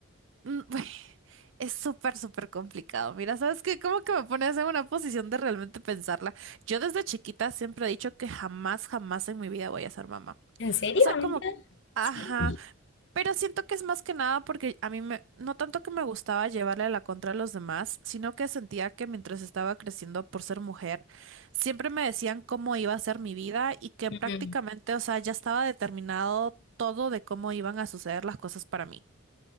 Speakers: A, on the right; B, on the left.
A: mm, <laughs> <sighs> es súper, súper complicado. Mira, ¿sabes qué? Como que me pones en una posición de realmente pensarla. Yo desde chiquita siempre he dicho que jamás, jamás en mi vida voy a ser mamá.
B: ¿En serio,
A: O sea,
B: amiga?
A: como, ajá,
B: Sí.
A: Pero siento que es más que nada porque a mí me, no tanto que me gustaba llevarle la contra a los demás, sino que sentía que mientras estaba creciendo por ser mujer, siempre me decían cómo iba a ser mi vida y que
B: Mm,
A: prácticamente, o sea, ya estaba determinado todo de cómo iban a suceder las cosas para mí.